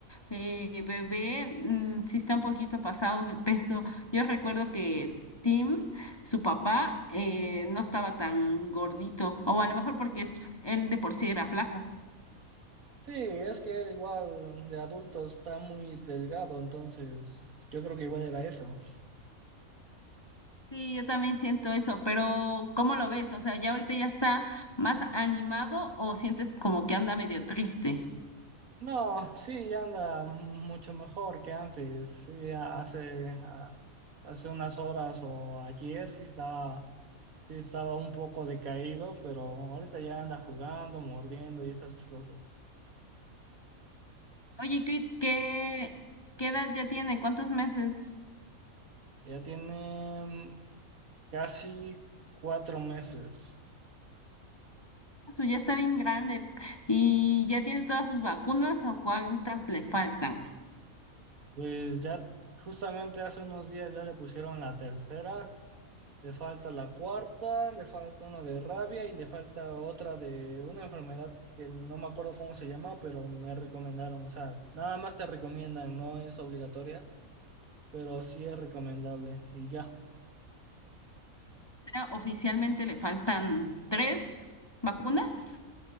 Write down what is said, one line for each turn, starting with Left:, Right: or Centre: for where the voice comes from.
Left: Eh, bebé, mm, sí está un poquito pasado de peso. Yo recuerdo que Tim, su papá, eh, no estaba tan gordito, o a lo mejor porque es, él de por sí era flaco.
Right: Sí, es que él igual de adulto está muy delgado, entonces yo creo que igual era eso.
Left: Sí, yo también siento eso, pero ¿cómo lo ves? O sea, ¿ya ahorita ya está más animado o sientes como que anda medio triste?
Right: No, sí, anda mucho mejor que antes. Sí, hace, a- hace unas horas o ayer sí estaba, sí estaba un poco decaído, pero ahorita ya anda jugando, mordiendo y esas cosas.
Left: Oye, ¿qué, qué, qué edad ya tiene? ¿Cuántos meses?
Right: Ya tiene mm, casi cuatro meses.
Left: Ah, Su ya está bien grande y ya tiene todas sus vacunas o cuántas le faltan.
Right: Pues ya justamente hace unos días ya le pusieron la tercera, le falta la cuarta, le falta una de rabia y le falta otra de una enfermedad que no me acuerdo cómo se llama, pero me recomendaron. O sea, nada más te recomiendan, no es obligatoria, pero sí es recomendable. Y ya,
Left: ya oficialmente le faltan tres vacunas